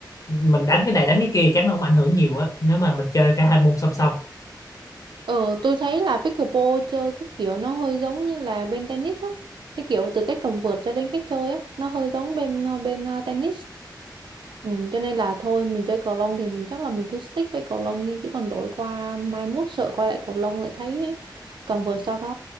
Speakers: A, on the left; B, on the right.
A: mình đánh cái này đánh cái kia chắc nó cũng ảnh hưởng nhiều á nếu mà mình chơi cả hai môn song song
B: Ờ, tôi thấy là pickleball chơi cái kiểu nó hơi giống như là bên tennis á. Cái kiểu từ cách cầm vợt cho đến cách chơi á, nó hơi giống bên ờ, bên ờ, tennis. Ừ, cho nên là thôi mình chơi cầu lông thì mình chắc là mình cứ stick với cầu lông đi chứ còn đổi qua mai mốt sợ quay lại cầu lông lại thấy cầm vợt sau đó